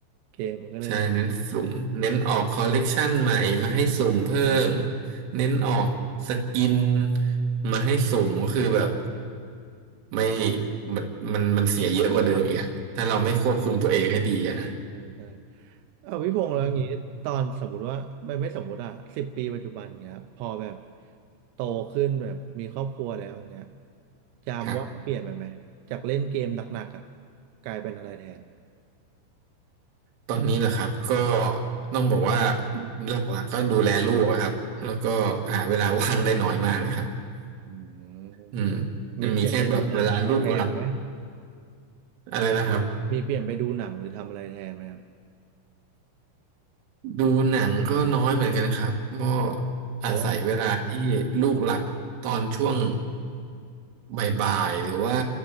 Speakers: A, on the right; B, on the right.
A: เกมมันก็เลยแบบ
B: ใช่เน้นสุ่มเน้นออกคอลเลกชันใหม่มาให้สุ่มเพิ่มเน้นออกสกินมาให้สุ่มก็คือแบบไม่มันมันมันเสียเยอะกว่าเดิมอีกอะถ้าเราไม่ควบคุมตัวเองให้ดีอะนะ
A: ใช่ใช่เอาพี่พงษ์แล้วอย่างงี้ตอนสมมุติว่าไม่ไม่สมมุติอะสิบปีปัจจุบันเงี้ยพอแบบ
B: อืม
A: โตขึ้นแบบมีครอบครัวแล้วอย่างเงี้ยจามว่างเปลี่ยนไปไหมจากเล่นเกมหนักๆอะ
B: ครับ
A: กลายเป็นอะไรแทน
B: ตอนนี้เหรอครับก็ต้องบอกว่าหลักๆก็ดูแลลูกอะครับแล้วก็หาเวลาว่างได้น้อยมากเลยครับ
A: อืม
B: อืมจะมีแค่แบบเวลาลูกหลับ
A: มีเปลี่ยนไปดูหนังอะไรแทนไหม
B: อะไรนะครับ
A: มีเปลี่ยนไปดูหนังหรือทำอะไรแทนไหมครับ
B: ดูหนังก็น้อยเหมือนกันครับก็
A: เพราะว่าเดี๋ยวเสียบ
B: อาศัยเวลาที่ลูกหลับตอนช่วงบ่ายๆหรือว่า